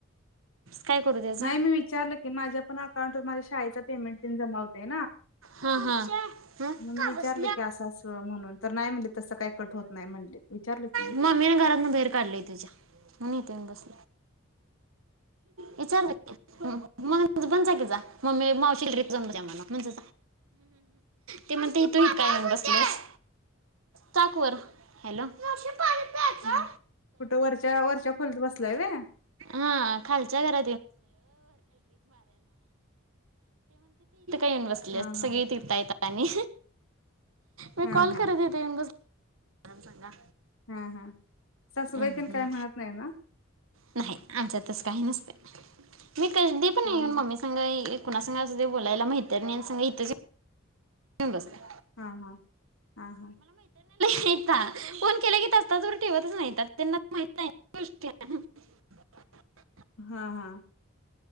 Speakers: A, on the right (about 85°); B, on the left (about 85°).
A: काय करू त्याचा?
B: नाही मी विचारलं की माझ्या पण अकाउंटवर माझ्या शाळेचा पेमेंट जमा होते
A: ह ह
B: मग मी
A: का
B: विचारलं
A: बस
B: की असं असं म्हणून तर नाही म्हणले तसं काही कट होत नाही म्हणले विचारलं की मी.
A: मम्मीने घरातन बाहेर काढलीय तुझ्या म्हून यथे बस विचारलं मग पण जा की जा मग म मावशी ट्र्रीप जाऊन द्या मला म्हणजे ते म्हणते तू इत काय येऊन बसलस चाकवर हॅलो हा ला
B: कुठं वरच्या वरच्या खोलीत बसलाय व्हय
A: म्हण का येऊन बसले
B: हा
A: अस
B: हा
A: सगळी तिरता येत आणि मी
B: हा
A: कॉल
B: हा
A: करतते देन ब आरम सांगा
B: हम हम सासबाईतन
A: हम्म, हम्म.
B: काय म्हणत नाही ना
A: नाही आमच्यात तसं काही नसते मी कधी पण
B: हा
A: येऊन
B: हा
A: मम्मी सांगा कुणा संग असूदे बोलायला म्हैतरनिंसंग इथंच ये <unintelligible>
B: हां हां आं हां
A: हैता फोन केलाकी तास तास भर ठेवतच नाहीत आता त्यांना माहीत नाही गोष्टी <inaudible>
B: हां हां